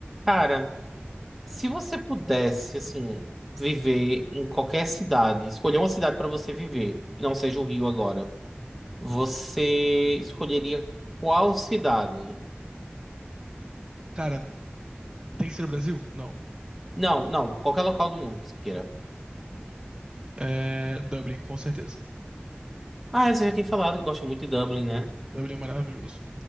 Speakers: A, in the centre; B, on the right.
A: Cara, se você pudesse, assim, viver em qualquer cidade, escolher uma cidade para você viver, que não seja o Rio agora, você escolheria qual cidade?
B: Cara, tem que ser o Brasil? Não.
A: Não, não, qualquer local do mundo que você queira.
B: É Dublin, com certeza.
A: Ah, você já tem falado que gosta muito de Dublin, né?
B: Dublin é maravilhoso.